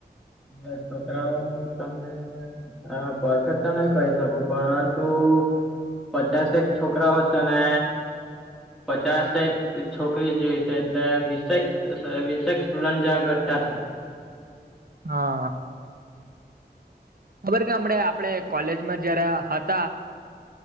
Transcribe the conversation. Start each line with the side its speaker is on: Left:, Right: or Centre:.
Centre: હ છોકરાઓ તમને હ પરફેક્ટ તો નહી કહી સબુ પરંતુ પચાસ એક છોકરાઓશે ને પચાસક છોકરી જોઈ છે, એટલે વીસેક વીસેક સ્ટુડન્ટ જેવા ઘટા છે.
Right: હા ખબર કે હમણા આપડ કોલેજમાં જયારે હતા.